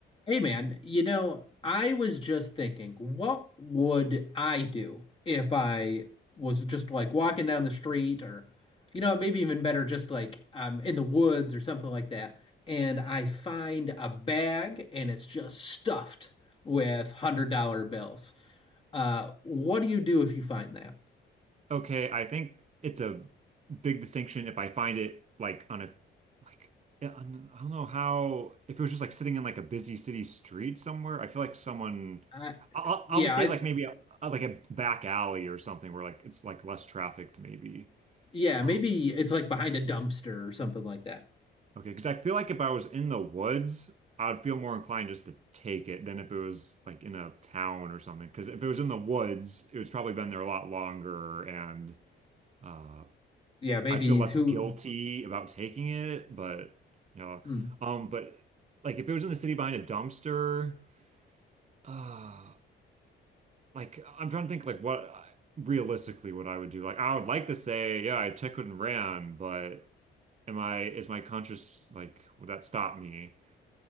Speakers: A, on the left; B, on the right.
A: Hey man, you know, I was just thinking, what would I do if I was just like walking down the street or, you know, maybe even better, just like um, in the woods or something like that, and I find a bag and it's just stuffed with hundred dollar bills. Uh, what do you do if you find that?
B: Okay, I think it's a big distinction if I find it like on a like yeah, on- I don't know how if it was just like sitting in like a busy city street somewhere. I feel like someone
A: I,
B: I'll
A: yeah,
B: I'll just say
A: I,
B: like maybe a, like a back alley or something where like it's like less trafficked maybe.
A: yeah,
B: Um,
A: maybe it's like behind a dumpster or something like that.
B: okay, because I feel like if I was in the woods, I would feel more inclined just to take it than if it was like in a town or something. Because if it was in the woods, it was probably been there a lot longer and. Uh,
A: Yeah, maybe
B: I feel less
A: it's who.
B: guilty about taking it, but you know,
A: hmm.
B: um, but like if it was in the city behind a dumpster, uh, like I'm trying to think like what realistically what I would do. Like I would like to say, yeah, I took it and ran, but am I is my conscience like would that stop me?